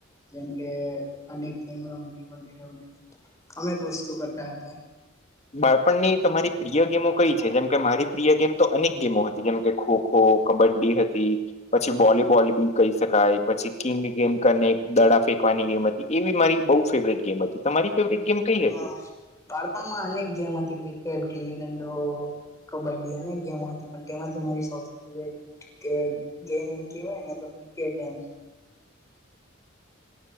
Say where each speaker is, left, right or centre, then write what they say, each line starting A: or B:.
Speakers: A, on the left; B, on the left.
A: જેમ કે અનેક ગેમ રમવી વગેરે વગેરે અનેક વસ્તુ કર તા હતા.
B: બાળપણની તમારી પ્રિય ગેમો કઈ છે? જેમકે મારી પ્રિય ગેમ તો અનેક ગેમો હતી, જેમકે ખો ખો, કબડ્ડી હતી, પછી વોલીબોલ બી કહી શકાય, પછી કિંગ ગેમ કનેક દ ડા ફેંઈવાની ગેમ હતી, એવી મારી બહુ ફેવરેટ ગેમ હતી. તમારી ફેવરેટ ગેમ કઈ
A: હા,
B: હતી?
A: બાળપણમાં અનેક ગેમ હતી, ક્રિક્રેટ, ગીલી દંડો, કબડ્ડી અનેક ગેમો હતી. પણ તેમાંથી મારી સૌથી ફેવરેટ કે ગેમ કેવાય ને, તો ક્રિકેટ એમ